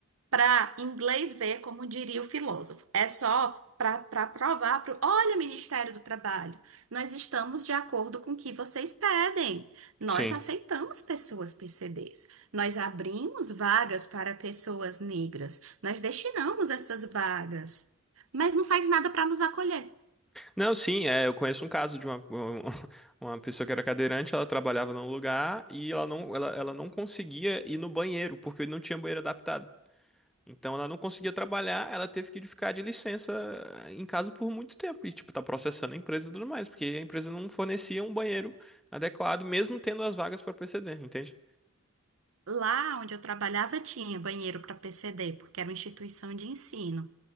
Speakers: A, on the right; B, in the centre.
A: para inglês ver, como diria o filósofo. É só para provar para olha, Ministério do Trabalho, nós estamos de acordo com o que vocês pedem. Nós
B: Sim.
A: aceitamos pessoas PCDs. Nós abrimos vagas para pessoas negras. Nós destinamos essas vagas. Mas não faz nada para nos acolher.
B: Não, sim, é, eu conheço um caso de uma, <laughs> uma pessoa que era cadeirante, ela trabalhava num lugar e ela não, ela, ela não conseguia ir no banheiro, porque não tinha banheiro adaptado. Então ela não conseguia trabalhar, ela teve que ficar de licença eh, em casa por muito tempo. E, tipo, tá processando a empresa e tudo mais, porque a empresa não fornecia um banheiro adequado, mesmo tendo as vagas para PCD, entende?
A: Lá onde eu trabalhava tinha banheiro para PCD, porque era uma instituição de ensino.